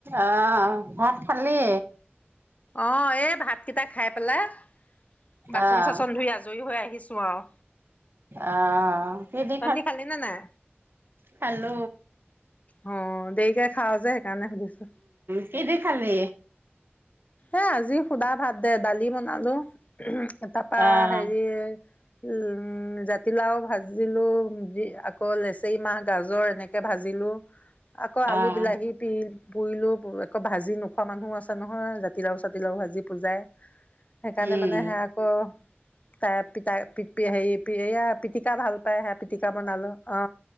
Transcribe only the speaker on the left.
অ, এই ভাত কে খাই পেলাই, বাচন
চাচন ধুই আজৰি হৈ আহিছো আৰু।
তহটি খালি নে নাই।
অ, দেৰিকে খাৱ যে সেইকাৰণে সুধিছো।
এ আজি সুধা ভাত দে দালি বনালো। তাৰপৰা
হেৰি উম, জাতিলাওঁ ভাজিলো, আকৌ লেচেৰি মাহ গাজৰ এনেকে ভাজিলো। আকৌ আলু
বিলাহী পি পুৰিলো পু একো ভাজি নোখোৱা মানুহো আছে নহয়। জাতিলাওঁ চাতিলাওঁ ভাজি পূজাই, সেইকাৰণে
মানে সেই আকৌ। তাৰ <unintelligible> পিটিকা ভাল পাই সে পিটিকা বনালো অ,